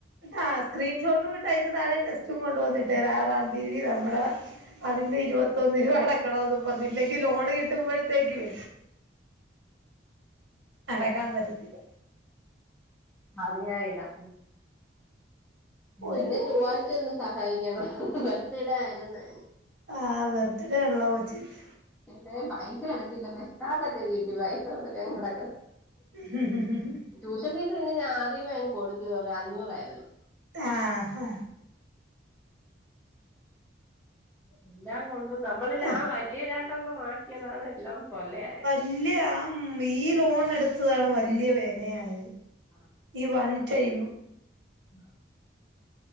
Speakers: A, on the right; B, in the centre.
A: ആഹ് സ്ക്രീൻഷോട്ട് വിട്ട് അതിന് താഴെ ടെസ്റ്റും കൊണ്ട് വിട്ടേ ആറാം തീയതി നമ്മടെ അതിന്റെ ഇരുപത്തൊന്ന് രൂപ അടക്കണോന്ന് പറഞ്ഞില്ലെങ്കി ലോണ് കിട്ടുമ്പഴ്ത്തേക്കേ അടക്കാൻ പറ്റത്തില്ല
B: <inaudible> അത് ഞായിടാം
A: ഒരു
B: എന്നെ
A: ലോഡ്
B: ചൊവ്വാഴ്ച
A: പോലും
B: ഒന്ന് സഹായിക്കണം ബർത്തിടെ വരുന്നെ
A: ആഹ് ബർത്തിടെ ആണല്ലോ കൊച്ചിന്റെ
B: എന്റെ പൈസ അടച്ചില്ല മഷ്ടാതൊക്കെ കിട്ടി പൈസ കൊടുക്കാൻ കിടക്കുന്നു
A: ഹ ഹ ഹ
B: ട്യൂഷൻ ഫീസ് പിന്നെ ഞാൻ ആദ്യ കൊടുത്തു അഞ്ഞൂറായിരുന്നു
A: ആഹ് ഹ
B: എല്ലാം കൊണ്ടും നമ്മളിൽ
A: ആ
B: ആഹ് വല്യ രണ്ടെണ്ണം മറ്റിയതാണ് എല്ലാം തൊല്ലെ
A: ഇല്യ. ഉം ഈ ലോൺ എടുത്തതാണ് വല്യ വേനയായത്
B: ആ
A: ഈ വൺ ടൈം
B: ആഹ